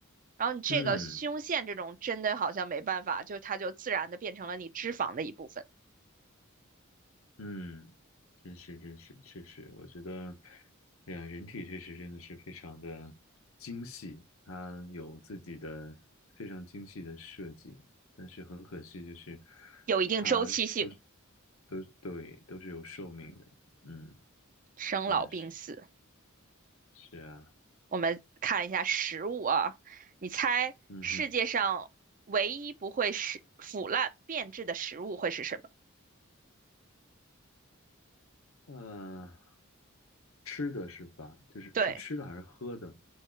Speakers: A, on the right; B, on the left.
A: 然后你这个胸腺这种真的好像没办法，
B: 嗯
A: 就它就自然的变成了你脂肪的一部分，
B: 嗯，真是真是确实，我觉得，哎呀，人体确实真的是非常的精细，它有自己的非常精细的设计，但是很可惜，就是
A: 有一定周期性，
B: 它都是都对都是有寿命的，嗯，
A: 生老病死。
B: 真的是是啊，
A: 我们看一下食物啊，你猜世界上唯一不会是腐烂变质的食物会是什么？
B: 嗯哼，呃，吃的是吧？就是是吃的还是喝的？
A: 对。